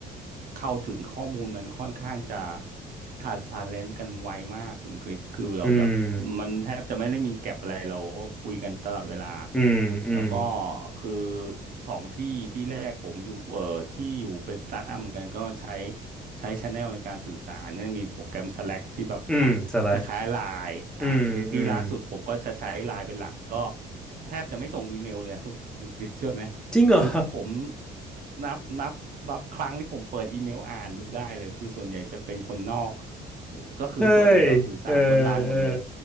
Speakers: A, on the right (about 55°); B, in the centre.
A: เข้าถึงข้อมูลมันค่อนข้างจะ transparent กันไวมากคุณคริสคือเราแบบ
B: อืม
A: มันแทบจะไม่ได้มีแก็บอะไรเราก็คุยกันตลอดเวลา
B: อืมอืม
A: แล้วก็คือสองที่ที่แรกผมอยู่เอ่อที่อยู่เป็นสตาร์ทอัพเหมือนกันก็ใช้ ใช้ช n แนลในการสื่อสารเน่มีโปรแกรม Slack ที่แบบอ่ะคล้ายๆไลน์อ่ะที่ที่ล่าสุดผมก็จะใช้ไลน์เป็นหลักก็
B: อืมสลักอืมอืม
A: แทบจะไม่ส่งอีเมลเลยอะคุณคริสเชื่อไหม
B: จริงเหรอ
A: คือผมนับนับนับครั้งที่ผมเปิดอีเมลอ่านดูได้เลยคือส่วนใหญ่จะเป็นคนนอกก็คือส่วนใหญ่เราสื่อสารบนไลน์หมดเลย
B: เฮ้ย เออเออ